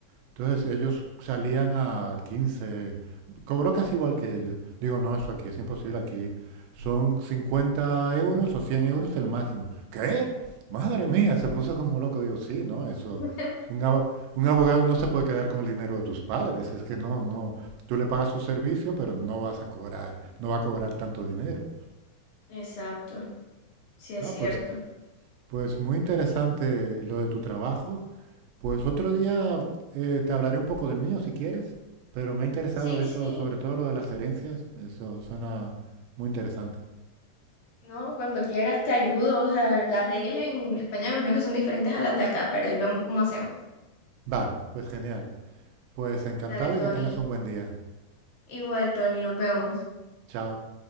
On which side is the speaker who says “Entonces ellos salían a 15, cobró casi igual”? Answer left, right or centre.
Right